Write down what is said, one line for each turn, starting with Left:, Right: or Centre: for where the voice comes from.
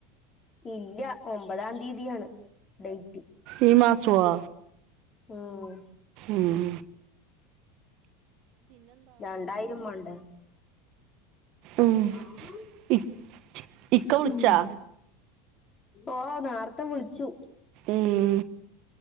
Left: ഇല്ല ഒമ്പതാം തീയതിയാണ് ഡേയ്റ്റ്
Right: ഈ മാസുവാ?
Left: ഉം
Right: ഉം
Left: രണ്ടായിരം മാണ്ടേ
Right: ഉം.
Left: ആഹ്
Right: ഇ- ഇക്ക
Left: ഉം
Right: വിളിച്ചാ
Left: ഓഹ് ന്നാർത്തെ വിള്ച്ചു
Right: ഉം